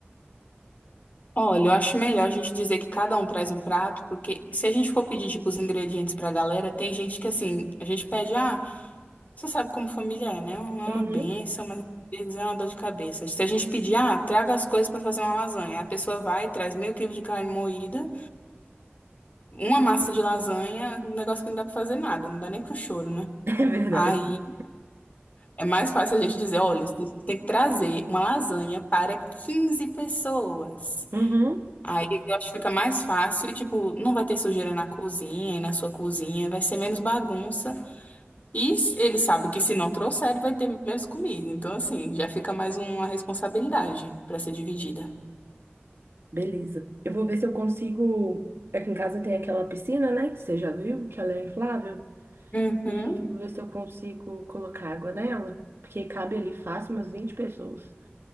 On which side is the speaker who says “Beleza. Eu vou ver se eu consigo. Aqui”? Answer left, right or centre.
Right